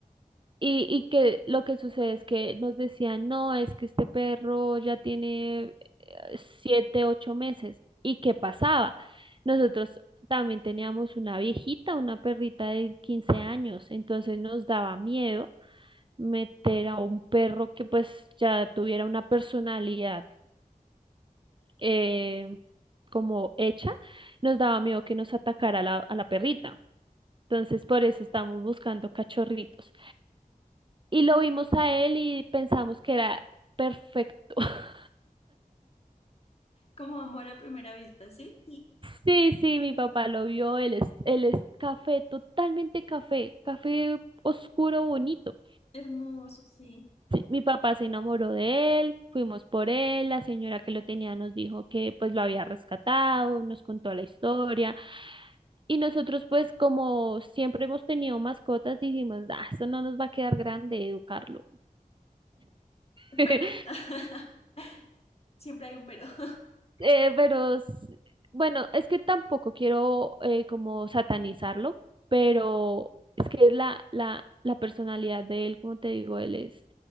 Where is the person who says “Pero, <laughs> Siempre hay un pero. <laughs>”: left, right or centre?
Left